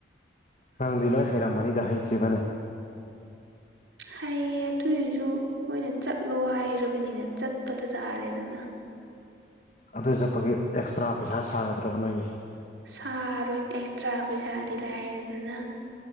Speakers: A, on the left; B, on the right.
A: ꯅꯪꯗꯤ ꯂꯣꯏ ꯍꯩꯔꯝꯃꯅꯤꯗ ꯍꯩꯇ꯭ꯔꯤꯕꯅꯦ
B: ꯍꯩꯌꯦ ꯑꯗꯨꯏꯁꯨ ꯃꯣꯏꯅ ꯆꯠꯂꯣ ꯍꯥꯏꯔꯕꯅꯤꯅ ꯆꯠꯄꯗ ꯇꯥꯔꯦꯗꯅ
A: ꯑꯗꯨ ꯆꯠꯄꯒꯤ ꯑꯦꯛꯁꯇ꯭ꯔꯥ ꯄꯩꯁꯥ ꯁꯥꯒꯗ꯭ꯔꯕ ꯅꯣꯏꯅꯦ
B: ꯁꯥꯔꯣꯏ ꯑꯦꯛꯁꯇ꯭ꯔꯥ ꯄꯩꯁꯥꯗꯤ ꯂꯥꯏꯔꯦꯗꯅ